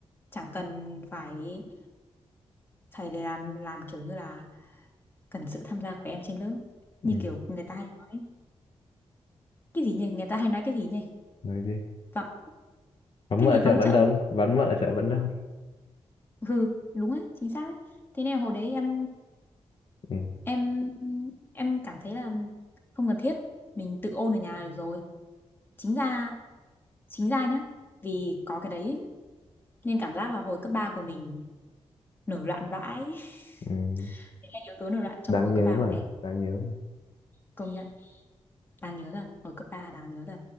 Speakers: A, on the left (about 20°); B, on the left (about 50°).
A: chẳng cần phải phải làm làm kiểu như là cần sự tham gia của em trên lớp như
B: ừ.
A: kiểu người ta hay nói cái gì nhỉ người ta hay nói cái gì nhỉ
B: Nói gì?
A: vắng
B: Vắng
A: cái
B: mợ
A: gì vắng
B: chợ vẫn
A: chợ
B: đông,
A: mà-
B: vắng mợ chợ vẫn đông.
A: hừ đúng ấy chính xác ấy thế nên là hồi đấy em
B: Ừ.
A: em em cảm thấy là không cần thiết mình tự ôn ở nhà được rồi chính ra chính ra nhá vì có cái đấy ấy, nên cảm giác là hồi cấp 3 của mình nổi loạn vãi
B: Ừ.
A: <laughs> đấy là yếu tố nổi loạn trong
B: Đáng
A: hồi
B: nhớ
A: cấp 3
B: mà,
A: của em
B: đáng nhớ
A: công nhận đáng nhớ rồi hồi cấp 3 đáng nhớ rồi